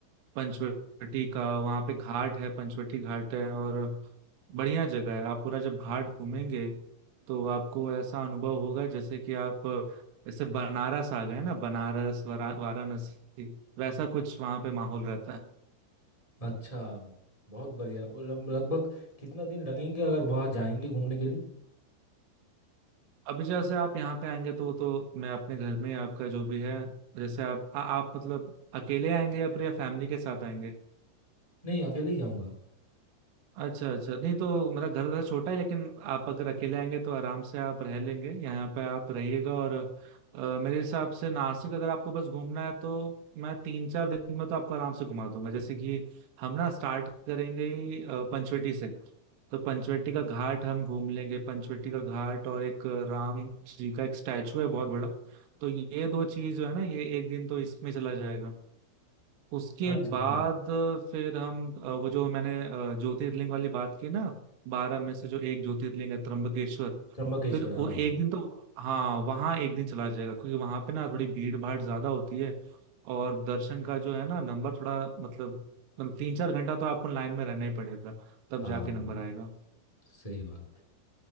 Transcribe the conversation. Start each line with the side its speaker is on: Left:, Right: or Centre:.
Right: पंचवटी का वहाँ पे घाट है पंचवटी घाट है और बढ़िया जगह है आप पूरा जब घाट घूमेंगे तो आपको ऐसा अनुभव होगा जैसे कि आप अ, जैसे बनारस आ गए ना बनारस वरा- वाराणसी वैसा कुछ वहाँ पे माहौल रहता है
Left: अच्छा बहुत बढ़िया मतलब लगभग कितना दिन लगेंगे अगर वहाँ जाएंगे घूमने के लिए
Right: अभी जैसे आप यहाँ पे आएंगे तो तो मैं अपने घर में ही आपका जो भी है जैसे आप आ, आप मतलब अकेले आएंगे या फिर या फैमिली के साथ आएंगे
Left: नहीं अकेले ही जाऊँगा
Right: अच्छा अच्छा नहीं तो मेरा घर वैसे छोटा है लेकिन आप अगर अकेले आएंगे तो आराम से आप रह लेंगे यहाँ पे आप रहिएगा और अ, मेरे हिसाब से नासिक अगर आपको बस घूमना है तो मैं तीन चार दिन में तो आपको आराम से घुमा दूंगा जैसे कि हम ना स्टार्ट करेंगे ही, अ, पंचवटी से तो पंचवटी का घाट हम घूम लेंगे पंचवटी का घाट और एक राम जी का एक स्टैचू है बहुत बड़ा तो ये दो चीज जो है ना ये एक दिन तो इसमें चला जाएगा उसके
Left: अच्छा
Right: बाद
Left: हाँ
Right: फिर हम अ, वो जो मैंने अ, ज्योतिर्लिंग वाली बात की ना बारह में से जो एक ज्योतिर्लिंग है त्र्यंबकेश्वर
Left: त्र्यंबकेश्वर
Right: फिर वो
Left: हाँ
Right: एक
Left: हाँ
Right: दिन तो हाँ वहाँ एक दिन चला जाएगा क्योंकि वहाँ पे ना थोड़ी भीड़ भाड़ ज्यादा होती है और दर्शन का जो है ना नंबर थोड़ा मतलब मतलब तीन चार घंटा तो आपको लाइन में रहना ही पड़ेगा तब
Left: हाँ
Right: जाके नंबर आएगा
Left: सही बात